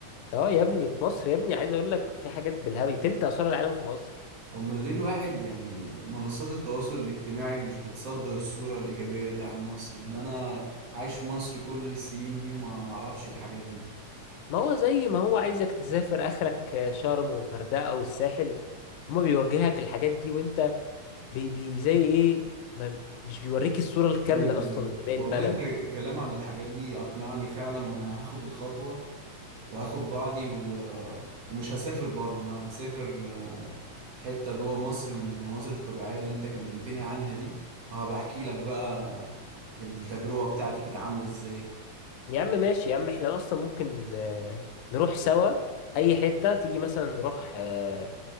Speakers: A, on the left; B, on the right.
A: اه يا ابني في مصر يا ابني عايز اقول لك في حاجات بالهبل تلت اسوار العالم في مصر
B: امال ليه الواحد يعني منصات التواصل الاجتماعي مش بتصدر الصورة الإيجابية دي عن مصر يعني أنا عايش في مصر كل السنين دي وما معرفش الحاجات دي
A: ما هو زي ما هو عايزك تسافر اخرك آه، شرم وغردقه والساحل هما بيوجهك الحاجات دي وانت بي بي زي ايه ما مش بيوريك الصوره الكامله
B: أيوه
A: اصلا
B: أيوه
A: لباقي
B: والله
A: البلد
B: أنت الكلام عن الحاجات دي أقنعني فعلا وأنا هاخد الخطوة وهاخد بعضي و... ومش هسافر بره أنا هسافر آه، حتة جوه مصر من المناظر الطبيعية اللي أنت كلمتني عنها دي هبقى أحكي لك بقى التجربة بتاعتي كانت عاملة إزاي
A: يا عم ماشي يا عم احنا اصلا ممكن آه، نروح سوا اي حته تيجي مثلا نروح آه،